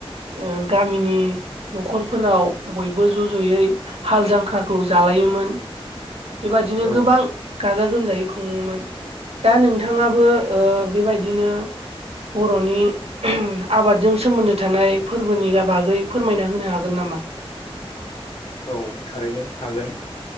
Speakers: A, on the right; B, on the left.
A: ओ गामिनि न'खरफोराव बयबो ज' ज'यै हाल जांख्राखौ जालायोमोन बेबादिनो
B: औ
A: गोबां गाजा गोमजायै खुङोमोन दा नोंथाङाबो बेबायदिनो बर'नि आबादजों सोमोन्दो थानाय फोरबोनि बागै फोरमायना होनो हागोन नामा
B: औ थारैनो हागोन